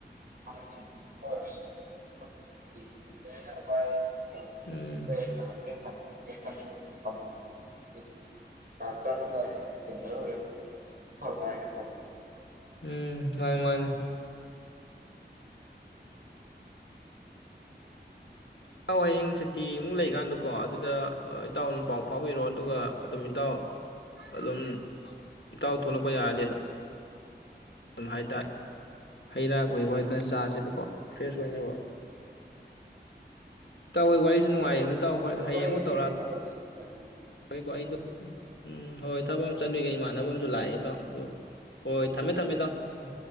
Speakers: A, on the right; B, on the left.
A: <unintelligible>
B: ꯎꯝ
A: <unintelligible> <unintelligible>
B: ꯎꯝ ꯃꯥꯅꯦ ꯃꯥꯅꯦ ꯏꯇꯥꯎ ꯍꯌꯦꯡ ꯁꯨꯇꯤꯃꯨꯛ ꯂꯩꯀꯥꯟꯗꯨꯀꯣ ꯑꯗꯨꯗ ꯏꯇꯥꯎ ꯑꯗꯨꯝ ꯄꯥꯎ ꯐꯥꯎꯕꯤꯔꯣ ꯑꯗꯨꯒ ꯑꯗꯨꯝ ꯏꯇꯥꯎ ꯑꯗꯨꯝ ꯏꯇꯥꯎ ꯊꯣꯛꯂꯛꯄ ꯌꯥꯔꯗꯤ ꯑꯗꯨꯝ ꯍꯥꯏꯇꯥꯔꯦ ꯍꯩ ꯔꯥ ꯎꯍꯩ ꯋꯥꯍꯩ ꯈꯔ ꯆꯥꯁꯦꯕꯀꯣ ꯐ꯭ꯔꯦꯁ ꯑꯣꯏꯅꯕ ꯏꯇꯥꯎ ꯍꯣꯏ ꯋꯥꯔꯤꯁꯨ
A: ꯂꯩꯌꯦ
B: ꯅꯨꯡꯉꯥꯏ ꯍꯣꯏ ꯏꯇꯥꯎ
A: ꯑꯗꯨ
B: ꯍꯌꯦꯡ
A: ꯚꯥꯏ
B: ꯑꯃꯨꯛ ꯇꯧꯔꯛ ꯑꯥꯒꯦ
A: <unintelligible>
B: ꯐꯔꯦꯀꯣ ꯑꯩꯗꯨ ꯎꯝ ꯎꯝ ꯍꯣꯏ ꯊꯕꯛ ꯑꯃ ꯆꯠꯂꯨꯒꯦ ꯏꯃꯥꯟꯅꯕ ꯑꯃꯁꯨ ꯂꯥꯛꯑꯦ ꯏꯇꯥꯎ ꯑꯗꯨ ꯍꯣꯏ ꯊꯝꯃꯦ ꯊꯝꯃꯦ ꯏꯇꯥꯎ ꯎꯝ